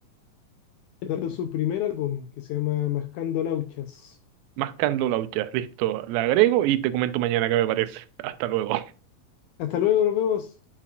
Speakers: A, on the left (about 80°); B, on the right (about 85°).
A: dando su primer álbum que se llama Mascando Lauchas.
B: Mascando Lauchas, listo, la agrego y te comento mañana qué me parece. Hasta luego.
A: Hasta luego, nos vemos.